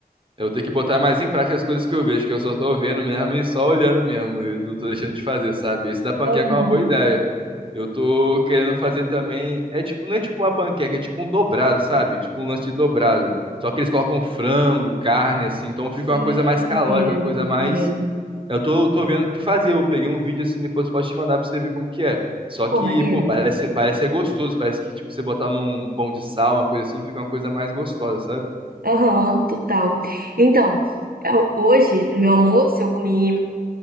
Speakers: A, on the right (about 35°); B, on the right (about 70°).
A: Eu tenho que botar mais em prática as coisas que eu vejo, que eu só tô vendo mesmo e só olhando mesmo. E não tô deixando de fazer, sabe? Esse da panqueca
B: Aham.
A: é uma boa ideia. Eu tô querendo fazer também. É tipo, não é tipo uma panqueca, é tipo um dobrado, sabe? Tipo um lance de dobrado. Só que eles colocam frango, carne, assim. Então fica
B: É,
A: uma coisa mais
B: maneiro,
A: calórica, uma coisa
B: maneiro.
A: mais Eu tô, tô vendo de fazer. Eu peguei um vídeo assim, depois eu posso te mandar pra você ver como que é. Só que,
B: Pô, maneiro.
A: pô, parece, parece ser gostoso. Parece que, tipo, você botar num pão de sal, uma coisa assim, fica uma coisa mais gostosa, sabe?
B: Aham, total. Então, eu- hoje, no meu almoço, eu comi.